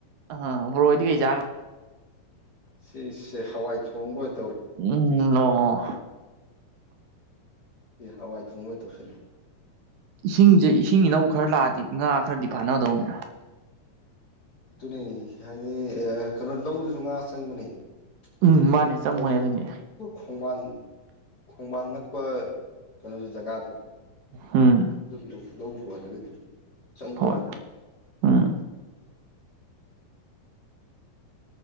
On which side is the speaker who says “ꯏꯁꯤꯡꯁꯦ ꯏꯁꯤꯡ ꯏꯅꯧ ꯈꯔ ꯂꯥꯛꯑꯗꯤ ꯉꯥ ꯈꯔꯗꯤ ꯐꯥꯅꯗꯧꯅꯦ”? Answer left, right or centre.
Right